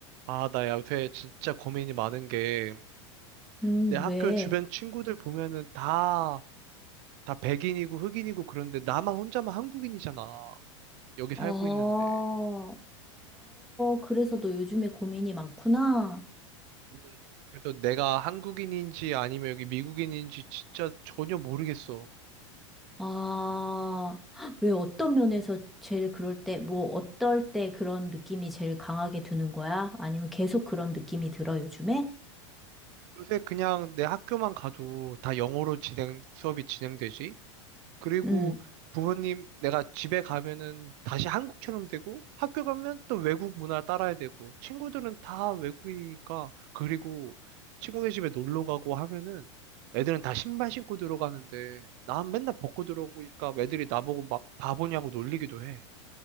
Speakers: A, on the right; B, in the centre.
A: 아, 나 요새 진짜 고민이 많은 게,
B: 음,
A: 내 학교
B: 왜?
A: 주변 친구들 보면은 다, 다 백인이고 흑인이고 그런데 나만 혼자만 한국인이잖아. 여기 살고
B: 아, 어,
A: 있는데.
B: 그래서 너 요즘에 고민이 많구나.
A: 음. 그래서 내가 한국인인지 아니면 여기 미국인인지 진짜 전혀 모르겠어.
B: 아, 왜 어떤 면에서 제일 그럴 때, 뭐, 어떨 때 그런 느낌이 제일 강하게 드는 거야? 아니면 계속 그런 느낌이 들어, 요즘에?
A: 요새 그냥 내 학교만 가도 다 영어로 진행, 수업이 진행되지? 그리고
B: 음.
A: 부모님, 내가 집에 가면은 다시 한국처럼 되고, 학교 가면 또 외국 문화 따라야 되고, 친구들은 다 외국인이니까, 그리고 친구네 집에 놀러 가고 하면은 애들은 다 신발 신고 들어가는데, 난 맨날 벗고 들어오니까 애들이 나보고 막 바보냐고 놀리기도 해.